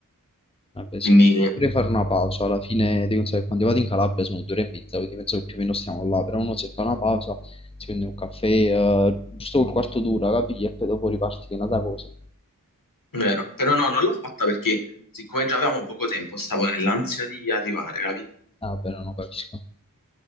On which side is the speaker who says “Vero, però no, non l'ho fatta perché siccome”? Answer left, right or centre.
Left